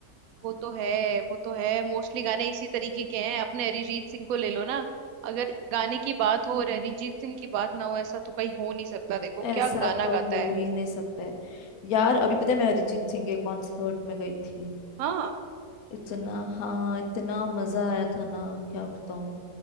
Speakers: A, on the right (about 75°); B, on the left (about 75°).
A: वो तो है वो तो है मोस्टली गाने इसी तरीके के हैं अपने अरिजीत सिंह को ले लो ना अगर गाने की बात हो और अरिजीत सिंह की बात ना हो ऐसा तो कहीं हो नहीं सकता देखो
B: ऐसा
A: क्या गाना
B: तो
A: गाता
B: हो
A: है
B: ही नहीं सकता है यार अभी पता है मैं अरिजीत सिंह के कॉन्सर्ट में गई थी
A: हाँ
B: इतना हाँ इतना मजा आया था ना क्या बताऊं